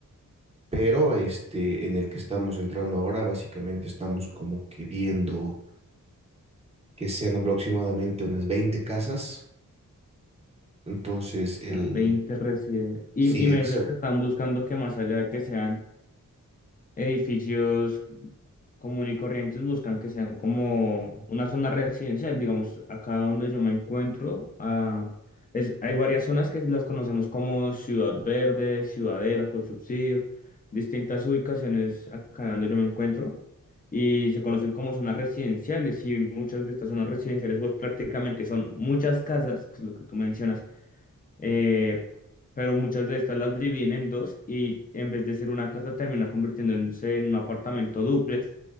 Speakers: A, on the right (about 20°); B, on the left (about 25°).
A: pero este en el que estamos entrando ahora, básicamente estamos como que viendo que sean aproximadamente unas 20 casas. Entonces, el
B: Ah, 20 residentes. Y,
A: sí,
B: y
A: exacto.
B: me decías que están buscando que más allá de que sean edificios común y corrientes, buscan que sean como una zona residencial. Digamos, acá donde yo me encuentro, ah, es, hay varias zonas que las conocemos como Ciudad Verde, Ciudadela, con subsidio, distintas ubicaciones acá donde yo me encuentro. Y se conocen como zonas residenciales y muchas de estas zonas residenciales pues prácticamente son muchas casas, que es lo que tú mencionas eh, pero muchas de estas las dividen en dos y en vez de ser una casa termina convirtiéndose en un apartamento dúplex,